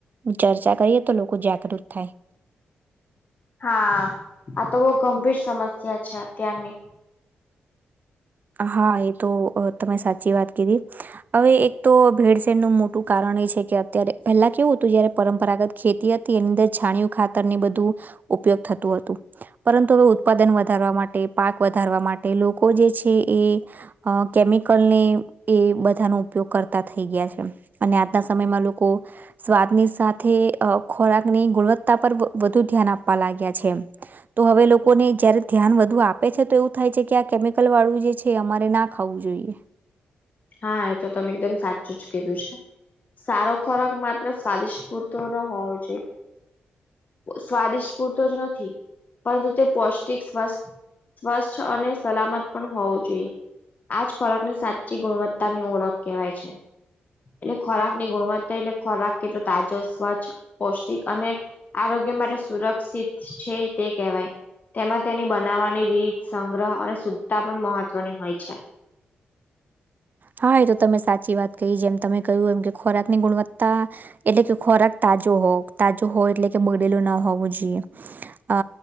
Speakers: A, on the right (about 45°); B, on the left (about 45°).
A: ચર્ચા કરીએ, તો લોકો જાગૃત થાય.
B: આ તો બહુ ગંભીર છે અત્યારની.
A: હા, એ તો તમે સાચી હવે એક તો ભેળસેેણનું મોટું કારણ એ છે કે, અત્યારે પહેલા કેવું હતું, જયારે પરંપરાગત ખેતી હતી, એની અંદર છાણયું ખાતર ની બધું ઉપયોગ થતું હતું, પરંતુ હવે ઉત્પાદન વધારવા માટે પાક વધારવા માટે લોકો જે છે, એ અ કેમિકલ ને એ બધાનો ઉપયોગ કરતા થઈ ગયા છે. અને આજના સમયમાં લોકો સ્વાદની સાથે ખોરાક ની ગુણવત્તા પર વધુ ધ્યાન આપવા લાગ્યા છે. તો હવે લોકોને જયારે ધ્યાન વધુ આપે છે, તો એવું થાય છે કે, આ કેમિકલ વાળું જે છે, અમારે ના ખાવું જોઈએ.
B: હા, એ તો તમે એકદમ સાચું જ કીધું છે, સારો ખોરાક મા સ્વાદિષ્ટ પૂરતો ન હોવો જોઈએ. સ્વાદિષ્ટ પૂરતો જ નથી, પરંતુ તે પૌષ્ટિક સ્વાસ્થ સ્વચ્છ અને સલામત પણ હોવું જોઈએ, આજ ખોરાક ની સાચી ગુણવત્તા પોતાની ઓળખ કહેવાય છે. એટલે ખોરાક ની ગુણવત્તા એટલે ખોરાક કેટલો તાજો સ્વ છે. પૌષ્ટિક અને આરોગ્ય માટે સુરક્ષિત છે, તે કહેવાય. તેમાં તેની બનાવવાની રીત સંગ્રહ અને શુદ્ધતા પણ મહત્વની હોય છે.
A: હા, એ તો તમે સાચી વાત કહી, જેમ તમે કહ્યું એમ કે ખોરાક ની ગુણવત્તા એટલે કે ખોરાક તાજો હોવ તાજો હોવ, એટલે કે બગડેલું ના હોવું જોઈએ. અ